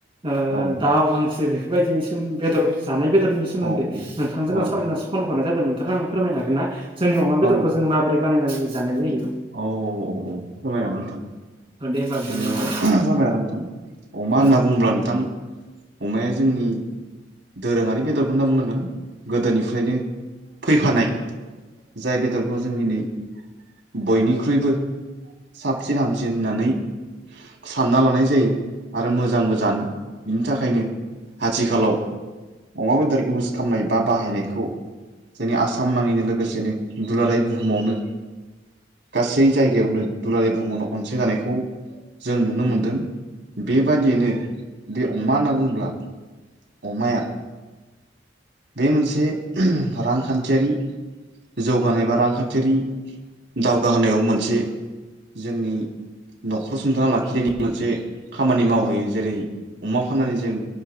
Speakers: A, on the right; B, on the right.
A: ओ
B: औ
A: दाउ हांसो बेफो बायदिनि बेदर जानाय बेदरनि सोमोन्दै
B: औ
A: नोंथांजों
B: औ
A: आं सावरायना फन हरनाय जादों नोंथाङा आंनो फोरमायनो हागोन ना जोंनि अमा बेदरखौ
B: औ
A: जों माबोरै बानायनानै जानाय जायो।
B: औ अ अ फोरमायनो हागोन नोंथां।
A: औ दे होमबा बिदिब्ला
B: जोङो
A: नोंथां
B: फोरमायनो हागोन नोंथां। अमा होनना
A: औ
B: बुङोब्ला नोंथां अमाया जोंनि दोरोङारि बेदरखौ होनना बुंनांगोन गोदोनिफ्रायनो फैफानाय। जाय बेदरखौ जों दिनै बयनिख्रुइबो साबसिन हामसिन होननानै सानना लानाय जायो। आरो मोजांबो जानो बिनि थाखायनो आथिखालाव अमा बेदर इउस खामनाय बा बाहायनायखौ जोंनि आसाम नाङैनो लोगोसेनो दुलाराय बुहुमावनो गासै जायगायावनो दुलाराय बुहुमावनो अनसायजानायखौ जों नुनो मोनदों। बेबादियैनो बे अमा होनना बुंङोब्ला अमाया बे मोनसे रांखान्थियारि जौगानाय बा रांखान्थियारि दावगाहोनायाव मोनसे जोंनि न'खर सुंथाना लाखिनायनि मोनसे खामानि मावहैयो जेरै अमा फाननानै जों